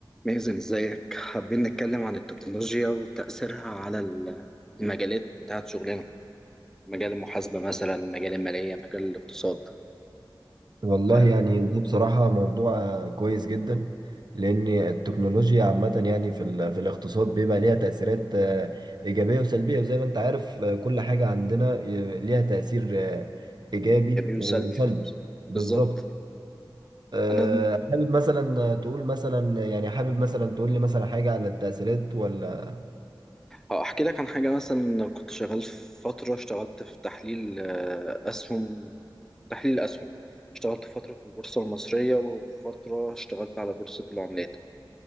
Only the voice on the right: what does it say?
والله
يعني ده بصراحة موضوع كويس جدا لأن التكنولوجيا عامة يعني في ال- في الاقتصاد بيبقى ليها تأثيرات آه، إيجابية وسلبية وزي ما أنت عارف آه، كل حاجة عندنا ي- ليها تأثير آه، إيجابي وسلبي
بالظبط آه،
حابب مثلا تقول مثلا يعني حابب مثلا تقول لي مثلا حاجة على التأثيرات ولا